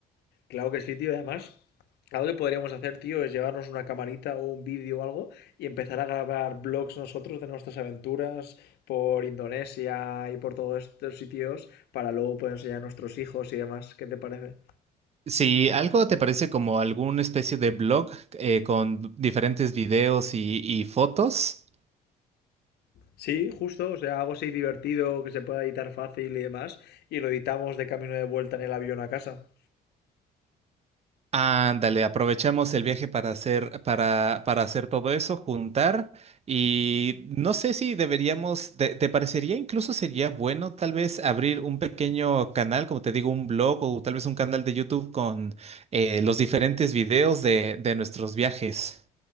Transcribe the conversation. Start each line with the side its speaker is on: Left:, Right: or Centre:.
Left: Claro que sí, tío. y Además, algo que podríamos hacer, tío, es llevarnos una camarita o un vídeo o algo y empezar a grabar vlogs nosotros de nuestras aventuras por Indonesia y por todos estos sitios para luego poder enseñar a nuestros hijos y demás. ¿Qué te parece?
Right: Si algo te parece como alguna especie de blog eh, con diferentes videos y, y fotos,
Left: Sí, justo, o sea, algo así divertido que se pueda editar fácil y demás, y lo editamos de camino de vuelta en el avión a casa.
Right: Ándale, aprovechamos el viaje para hacer, para, para hacer todo eso, juntar y no sé si deberíamos, te, te parecería incluso sería bueno tal vez abrir un pequeño canal, como te digo, un blog o tal vez un canal de YouTube con eh, los diferentes videos de, de nuestros viajes